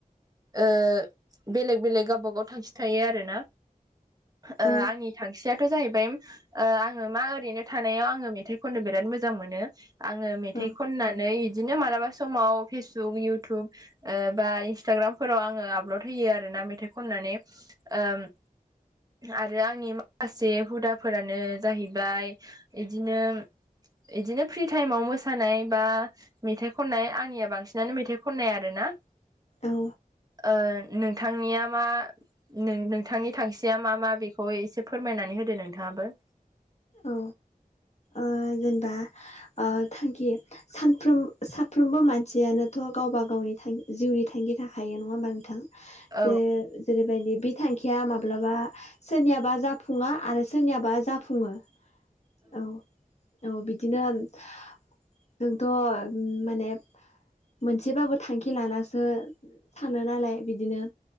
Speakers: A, on the right; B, on the left.
A: ओ बेलेग बेलेग गावबागाव थांखि थायो आरो ना। ओ
B: औ
A: आंनि थांखियाथ' जाहैबाय ओ आं ङो मा ओरैनो थानायाव आङो मेथाइ खननो बिराद मोजां मोनो। आङो मेथाइ
B: औ
A: खननानै इदिनो मालाबा समाव फेसबुक इउटुब ओ बा इन्सटाग्रामफोराव आङो आपलड होयो आरो ना मेथाइ खननानै ओम आरो आंनि माखासे हुदाफोरानो जाहैबाय इदिनो इदिनो फ्रि टाइमाव मोसानाय बा मेथाइ खननाय आंनिया बांसिनानो मेथाइ खननाय आरो ना।
B: औ
A: ओ नोंथांनिया मा नों नोंथांनि थांखिया मा मा बेखौ एसे फोरमायनानै होदो नोंथाङाबो?
B: औ ओ जेनेबा अ थांखि सानफ्रोम साफ्रोमबो मानसियानोथ' गावबा गावनि जिउनि थांखि थाखायो नङा होमबा नोंथां?
A: औ
B: बे जेरैबायदि बि थांखिया माब्लाबा सोरनियाबा जाफुङा आरो सोरनियाबा जाफुङो। औ औ बिदिनो नोंथ' माने मोनसेबाबो थांखि लानसो थानो नालाय बिदिनो।